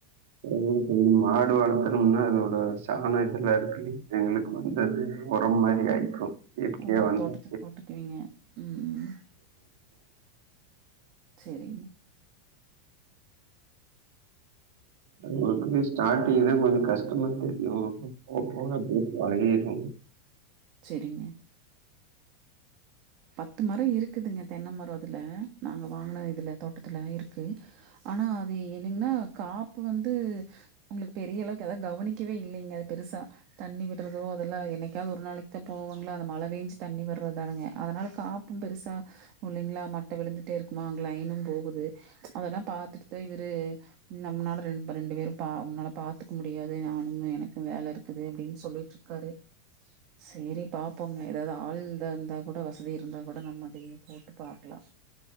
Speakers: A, on the right; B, on the right.
A: எங்ளுக்கு வந்து மாடு வளத்தனம்னா அதோட சாண இதெல்லாருக்கு இல்லிங்க எங்ளுக்கு வந்தது ஒரம் மாரி ஆய்க்கு இயற்கையா
B: ஓ!
A: வந்த
B: தோட்டத்துக்கு போட்டுக்குவீங்க. ம். ம். சேரிங்க
A: ஒங்ளுக்குமே ஸ்டாடிங்தா கொஞ்ச கஷ்டமா தெரியு அப்றோ போக போக அப்டியே பழகிரு
B: செரிங்க பத்து மரோ இருக்குதுங்க தென்ன மரோ அதுல நாங்க வாங்குன இதுல தோட்டத்துல இருக்கு ஆனா அது என்னங்ன்னா காப்பு வந்து நம்ளுக் பெரிய அளவுக்கெதா கவனிக்கவே இல்லைங்க அது பெருசா தண்ணி விட்றதோ அதெல்லா என்னைக்காவ்து ஒரு நாளைக்தா போவோங்ளா அது மழ பேஞ்சு தண்ணி வ ட்ரதானங்க அதனால காப்பும் பெருசா உல்லைங்ளா மட்ட விழுந்துட்டேருக்குமா அங்க லைன்னும் போகுது அதெல்லா பாத்துட் தா இவுரு நம்ன்னால ரெண் ரெண்டு பேரு பா ஒன்னால பாத்துக் முடியாது நானும் எனக்கு வேல இருக்குது அப்டின் சொல்லிட்ரு க்காரு சேரி பாப்போங்க எதாது ஆள் எதா இந்தா கூட வசதி இருந்தா கூட நம்ம அதயே போட்டு பாக்லா